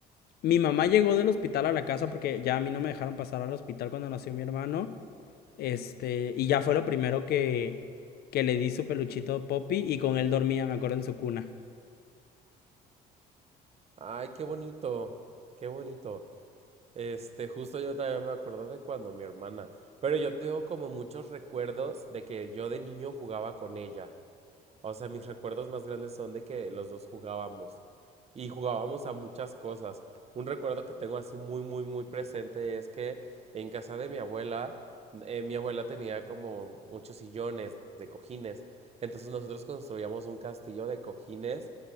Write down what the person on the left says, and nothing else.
Mi mamá llegó del hospital a la casa porque ya a mí no me dejaron pasar al hospital cuando nació mi hermano. Este, y ya fue lo primero que, que le di su peluchito Poppy y con él dormía, me acuerdo, en su cuna.